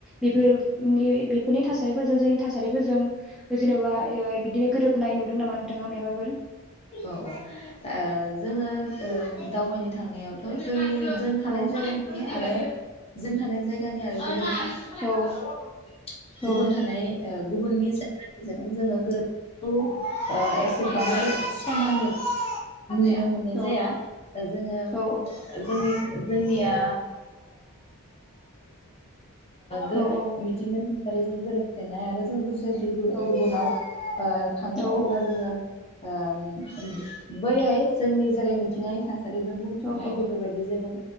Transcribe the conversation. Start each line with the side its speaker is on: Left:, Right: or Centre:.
Centre: बेफोरनि बेफोरनि थासारिफोरजों जोंनि थासारिफोरजों जेन'बा ओ बिदिनो गोरोबनाय नुदों नामा नोंथाङा मायबा फोर।
Left: औ औ ओ जोङो ओ दावबायनो थांनायावथ' जोंनि जों थानाय
Centre: औ
Left: जायगानि आरो जों थानाय जायगानि आरो ऐ मा लेखा लायखा
Centre: औ
Left: रोङाखै अरमांसे
Centre: औ
Left: गुबुन थानाय ओ‌ गुबुननि जायगानिजों जोङो गोरोगौ ओ एसेबां
Centre: औ
Left: समानो नुनो मोननाय
Centre: औ
Left: जाया जोङो
Centre: औ
Left: जोंनि <inaudible> जोंनि ओ गो
Centre: औ औ
Left: मिथिंगानि गाजों गोरोबफ्लेनाय आरो जों जुदि गुबुनाव
Centre: औ
Left: ओ थाङो
Centre: औ
Left: अब्ला जोङो ओम ओम बैहाय जोंनि जेरै मिथिंगानि थास आरिजों बुंफमनाय
Centre: औ
Left: बेफोरबायदि जोङो